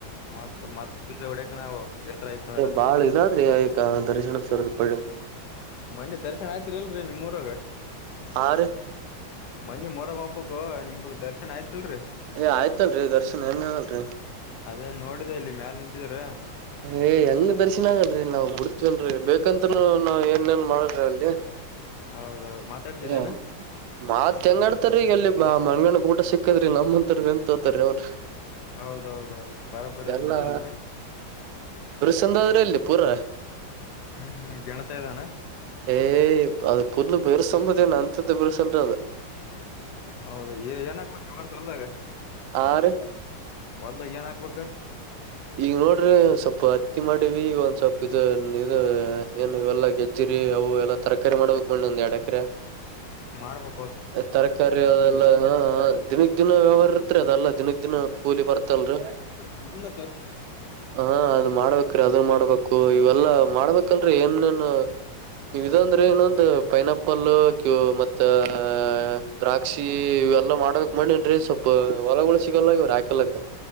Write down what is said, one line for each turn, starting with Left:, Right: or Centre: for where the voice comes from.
Left: ಮ ಮತ್ತವಡಕ ನಾವು ಎತ್ರ ಐತಂದ್ರ
Right: ಬಾಳ ಇದಾದ್ರಿ ಈಕ ದರ್ಶನ ಸರಿದಿ ಪಡೆಯಲು
Left: ಮನೆ ದರ್ಶನ್ ಆಯ್ತ್ರಿ ಇಲ್ರರಿ ನಿಮ್ಮಊರಾಗ
Right: ಆರು
Left: ಮನಿ ಮೊರ ಹೋಗ್ಬೇಕು ನಿಮ್ದ ದರ್ಶನ್ ಆಯ್ತು ಅಲ್ಲೆ
Right: ಏ ಆಯ್ತಲ್ರರಿ ದರ್ಶನ್ ಹೆಂಗ ಆಗಲ್ರಿ
Left: ಅದೇ ನೋಡಿದೆ ಇಲ್ಲಿ ಮ್ಯಾಲ ನಿಂತಿದಾರ
Right: ಏ ಹೆಂಗ್ ದರ್ಶನ್ ಆಗನ್ ನಾವವು ಮುಡ್ತವೇನ್ರಿ ಬೇಕಂತೂ ನಾವ್ ಏನ್ೇನ್ ಮಾಡ್ರಿ ಅಲ್ಲಿ
Left: ಹೌದೌದು ಮಾತಾಡ್ಸಿದ್ದೇನ
Right: ಹ ಮಾತ್ ಹೆಂಗಾಡ್ತಾರ ಈಗ ಅಲ್ಲಿ ಮಂಗನ ಊಟ ಸಿಕ್ಕದ್ರಿ ನಮ್ಮಂತರ ನೆನಪುತೋತಾರ ಅವ್ರರು
Left: ಹೌದೌದೌದು ಬರಾಬರಿ
Right: ಇದೆಲ್ಲಾ
Left: ಅದ್ ನೀವ್ ಹೇಳದನ
Right: ಬರುಸಂದಾದ್ರೆ ಪೂರ
Left: ಹ್ಮ್ ಹ್ಮ್ ಗೆಣಸ ಇದಾನ
Right: ಏ ಅಪ್ಪ ಬೇರೆಸಮ್ಮದ ಏನ ಅಂತ್ದ ಬರ್ಸಲ್ರ ಅದು
Left: ಹೌದು ಏನಕ್ಬೇಕ ಅವಾರ ಸಲ್ದಾಗ
Right: ಆ ರೀ
Left: ಹೊಲ್ದ ಏನ್ ಹಕ್ಬೇಕ
Right: ಈಗ ನೋಡ್ರಿ ಒ ಸ್ವಲ್ಪ ಹತ್ತಿ ಮಾಡಿವಿ ಈಗ ಒಂದ್ ಸ್ವಲ್ಪ್ ಇದು ಇ ಏನು ಇವೆಲ್ಲ ಗೆಜ್ಜಿ ಅವು ಎಲ್ಲಾ ತರಕಾರಿ ಮಾಡ್ಬೇಕು ಮಣ್ಣಿ ಒಂದ್ ಎರಡ ಎಕರೆ
Left: ಮಾಡ್ಬ
Right: ತರಕಾರಿ ಅದೆಲ್ಲಾ ಹ ದಿನಕ್ ದಿನ ವ್ಯವಹಾರ ಇತ್ರಿ ಅದಲ್ಲಾ ದಿನಕ್ ದಿನ ಕೂಲಿ ಬರ್ತ ಇತ್ತಲ್ರರಿ
Left: ಹ
Right: ಹಾ ಅದು ಮಾಡ್ಬೇಕ್ರೀ ಅದನ್ ಮಾಡ್ಬೇಕ ಇವೆಲ್ಲಾ ಮಾಡ್ಬೇಕಲ್ರರಿ ಏನೇನ್ ನೀವ ಇದಂದ್ರೆ ಇನ್ನೊಂದು ಪೈನಾಪಲ್ ಕ್ಯೂ ಮತ್ತ ಆ ದ್ರಾಕ್ಷಿ ಇವೆಲ್ಲ ಮಾಡ ಆಕ್ ಮಾಡಿ ಅನ್ರಿ ಸ್ವಲ್ಪ ಹೊಲಗಳು ಸಿಗಲ್ಲ ಇವ್ ಹಾಕಲ್ಲಕ್ಕ